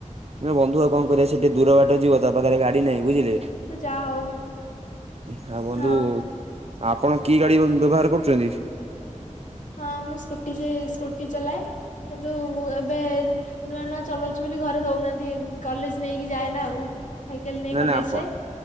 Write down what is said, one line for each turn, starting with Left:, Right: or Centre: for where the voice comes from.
Right: ନାଁ ବନ୍ଧୁ ଆଉ କଣ କରିବା ସେ ଟିକେ ଦୂର ବାଟ ଯିବ ତା ପାଖରେ ଗାଡି ନାହିଁ ବୁଝିଲେ।
Left: କିନ୍ତୁ ଯାହା ହଉ
Right: ହାଁ ବନ୍ଧୁ
Left: ହଁ
Right: ଆପଣ କି ଗାଡି ବ୍ୟ ବ୍ୟବହାର କରୁଛନ୍ତି?
Left: ହଁ ମୁଁ ସ୍କୁଟି ଯି ସ୍କୁଟି ଚଲାଏ କିନ୍ତୁ ଏବେ ନୂଆ ନୂଆ ଚଲଉଚି ବୋଲି ଘରେ ଦଉନାହାନ୍ତି କଲେଜ ନେଇକି ଯାଏ ନାଁ ଆଉ। ସାଇକେଲ ନେଇ
Right: ନାଁ
Left: କଲେଜ
Right: ନାଁ ଆପଣ
Left: ଯାଏ